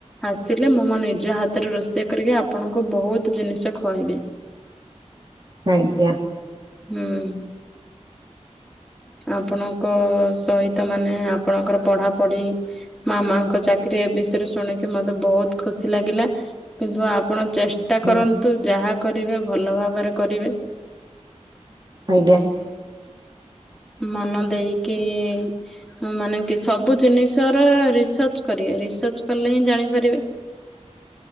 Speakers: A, in the centre; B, on the right.
A: ଆସିଲେ ମୁଁ ମୋ ନିଜ ହାତରେ ରୋଷେଇ କରିକି ଆପଣଙ୍କୁ ବହୁତ ଜିନିଷ ଖୁଆଇବି।
B: ଆଜ୍ଞା।
A: ହୁଁ। ଆପଣଙ୍କ ସହିତ ମାନେ ଆପଣଙ୍କର ପଢାପଢି ମାମାଙ୍କ ଚାକିରିୀ ବିଷୟରେ ଶୁଣିକି ମତେ ବହୁତ ଖୁସି ଲାଗିଲା। କିନ୍ତୁ ଆପଣ ଚେଷ୍ଟା କରନ୍ତୁ
B: ହୁଁ
A: ଯାହା କରିବେ ଭଲ ଭାବରେ କରିବେ
B: ଆଜ୍ଞା।
A: ମନ ଦେଇକି ହୁଁ ମାନେ କି ସବୁ ଜିନିଷ ର ରିସର୍ଚ୍ଚ କରିବେ ରିସର୍ଚ୍ଚ କଲେ ହିଁ ଜାଣିପାରିବେ